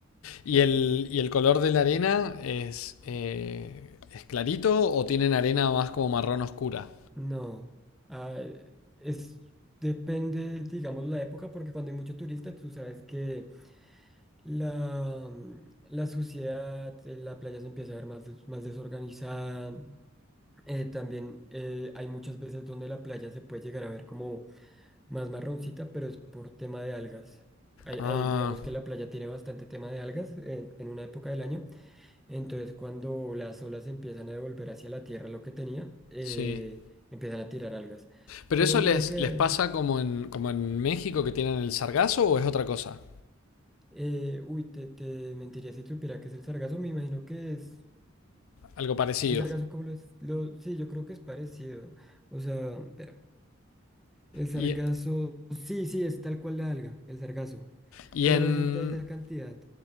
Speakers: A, on the left; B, in the centre.
A: y el, y el color de la arena es, eh, es clarito o tienen arena más como marrón oscura.
B: No, ah, es, depende, digamos, la época, porque cuando hay mucho turista, tú sabes que la, mm, la suciedad, eh, la playa se empieza a ver más, des- más desorganizada. Eh, también eh, hay muchas veces donde la playa se puede llegar a ver como más marroncita, pero es por tema de algas. Hay-
A: Ah,
B: hay- digamos que la playa tiene bastante tema de algas en, en una época del año, entonces cuando las olas empiezan a devolver hacia la tierra lo que tenía, eh,
A: sí.
B: empiezan a tirar algas.
A: ¿Pero
B: Pero
A: eso
B: mira
A: les,
B: que,
A: les pasa como en, como en México que tienen el sargazo o es otra cosa?
B: eh, uy, te, te mentiría si supiera que es el sargazo, me imagino que es...
A: Algo parecido.
B: El sargazo, como lo es? Lo, sí, yo creo que es parecido. O sea, espera, el sargazo,
A: Y,
B: sí, sí, es tal cual la alga, el sargazo,
A: y
B: pero
A: en.
B: no es en esa cantidad,